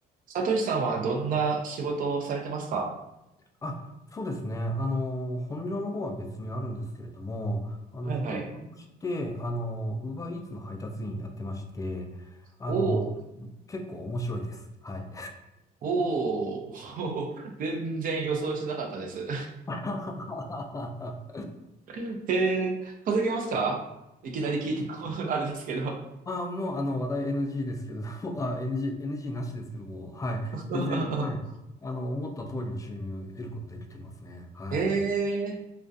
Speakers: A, on the right (about 55°); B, on the left (about 20°).
A: サトシさんはどんな仕事をされてますか
B: あ、そうですね。あの、本業の方は別にあるんですけれども、あの、
A: はいはい。
B: 副業として、あの、ウーバーイーツの配達員やってまして、あの、
A: おー、
B: 結構面白いです。はい。
A: おー、<laughs> 全然予想してなかったです。
B: <laughs> あ、
A: <laughs> えー、稼げますかいきなり聞いても <laughs> あれですけど。
B: あ、もう、あの、話題 NG ですけれども、あ、NG、NG なしですけども、はい。
A: <laughs>
B: 全然、はい。あの、思った通りの収入を得ることできてますね。はい。
A: え